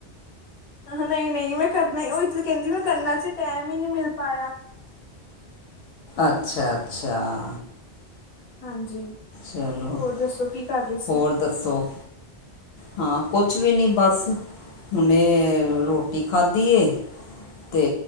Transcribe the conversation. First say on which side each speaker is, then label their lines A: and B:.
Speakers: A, on the left (about 35°); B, on the left (about 70°).
A: ਆਹਾ ਨਈਂ-ਨਈਂ ਮੈਂ ਕਰਨ ਓਹੀ ਤਾਂ ਕਹਿੰਦੀ ਮੈਂ ਕਰਨਾ ਸੀ ਟੈਮ ਈ ਨੀ ਮਿਲ ਪਾਇਆ।
B: ਅੱਛਾ-ਅੱਛਾ।
A: ਹਾਂਜੀ।
B: ਚਲੋ
A: ਹੋਰ ਦੱਸੋ ਕੀ ਕਰ ਰਹੇ ਸੀ?
B: ਹੋਰ ਦੱਸੋ ਹਾਂ। ਕੁਛ ਵੀ ਨੀ ਬਸ, ਹੁਣੇ ਰੋਟੀ ਖਾਧੀ ਏ। ਤੇ